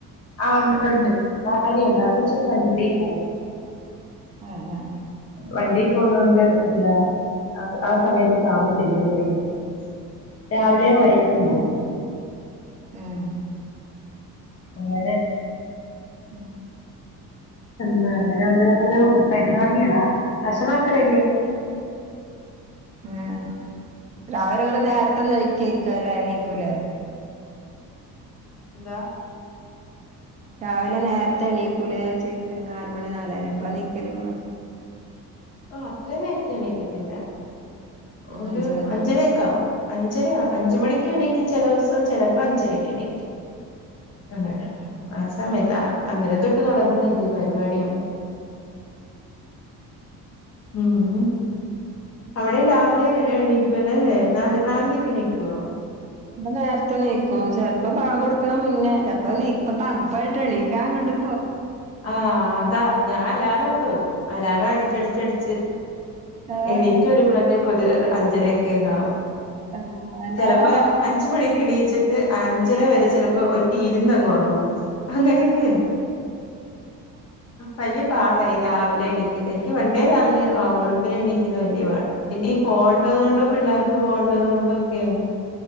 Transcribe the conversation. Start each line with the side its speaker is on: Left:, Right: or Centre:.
Left: ആഹ ഉണ്ട് ഉണ്ട് വാരിണ്ട കൊച്ചും വണ്ടിൽ പോകും
Right: ആഹ് ആഹ്
Left: വണ്ടിയി പോന്ന കൊണ്ട് എന്താ ആ ആ സമയത്ത് കാണത്തില്ല ഈ വൈട്ടും രാവിലെയും
Right: ആഹ്
Left: വൈകിട്ടും പോവും
Right: ആഹ്
Left: അങ്ങനെ
Right: ആഹ്
Left: ന്ത
Right: പിന്നെന്താ
Left: അങ്ങനെ ഓരോരോ പരിപാടിയണാ ഭക്ഷണക്കെ റെഡിയ ആ
Right: ആഹ രാവിലെ ഇവ്ടെ നേരത്തെ ഒന്ന അഴിക്കായിരിക്ക ല എണീക്കൂല
Left: എന്താ
Right: രാവിലെ നേരത്തെ എണീക്കുല ചോദിക്ക നാലുമണി നാലര എപ്പളാ എനീക്കല് നിങ്ങള്?
Left: ആ അത്രയും നേരത്തെ എണീക്കത്തില്ല
Right: ഉം
Left: ഒരു
Right: അഞ്ച് മണി
Left: അഞ്ചരയൊക്കെ ആവും. അഞ്ചര അഞ്ച് മണിക്ക് എണീക്കും ചില ദിവസം ചിലപ്പോ അഞ്ചരക്ക് എണീക്കും. അങ്ങ ആ സമയത്ത് അന്നേരം തൊട്ട് തുടങ്ങുന്നല്ലേ പരിപാടി ഉം. അവിടെ രാവിലെ എണക്കുവല്ലേല്ലേ നാല് നാലരയ്ക്ക് എണീക്കുവോ?
Right: ഇപ്പ നേരത്തെ എനീക്കും ചെിലപ്പോ ബാങ്ക് കൊടുക്കണ മുന്നേ ചെലപ്പോ നീപ്പ തണുപ്പായിട്ട് എണീക്കാ അങ്ങട്ട്
Left: ആഹ് അതാ ഞാൻ അലാറം ഒക്കെ വെക്കും അലാറം അടിച്ചടിച്ചടിച്ച്
Right: ആഹ്
Left: എണീച്ച് വരുമ്പോഴത്തേക്ക ഒരു അഞ്ചരയക്കെങ്ങ ആകും.
Right: ആഹ് അലാറം
Left: ചിലപ്പോ
Right: ഓണാ
Left: അഞ്ച് മണിക്ക് എണീച്ചിട്ട് ഇച്ചര വരെ ചിലപ്പോ ഒറ്റി ഇരുന്നങ്ങ് ഉറങ്ങും അങ്ങനെയൊക്കെയ വലിയ പാടായി രാവിലെണ എനിക്ക് പണ്ടേ രാവിലെ വെളുപ്പിനെ എണീക്കുന്ന വലിയ പാട പിന്നെ ഈ പോവണ്ടത് കൊണ്ടും പിള്ളേർക്ക് പോകണ്ടത് കൊണ്ടും ഒക്കെയങ്ങ്